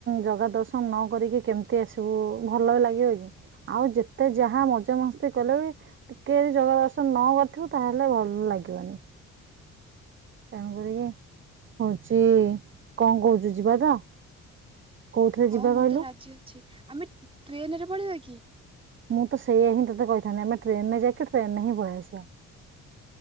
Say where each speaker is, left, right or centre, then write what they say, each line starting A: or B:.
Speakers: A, on the right; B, on the right.
A: ଜଗା ଦର୍ଶନ ନ କରିକି କେମିତି ଆସିବୁ ଭଲ ବି ଲାଗିବ କି ଆଉ ଯେତେ ଯାହା ମଜା ମସ୍ତି କଲେ ବି ଟିକେ ଜଗା ଦର୍ଶନ ନ କରିଥିବୁ ତାହେଲେ ଭଲ ଲାଗିବନି। ତେଣୁ କରିକି ହଉଛି କଣ କହୁଛୁ ଯିବା ତ କୋଉଥିରେ
B: ହଁ
A: ଯିବା
B: ମୁଁ
A: କହିଲୁ?
B: ତ ରାଜି ଅଛି ଆମେ ଟ୍ରେନ ରେ ପଳେଇିବା କି?
A: ମୁଁ ତ ସେଇଆ ହିଁ ତୋତେ କହିଥାନ୍ତି ଆମେ ଟ୍ରେନରେ ଯାଇକି ଟ୍ରେନରେ ହିଁ ପଳେଇ ଆସିବା।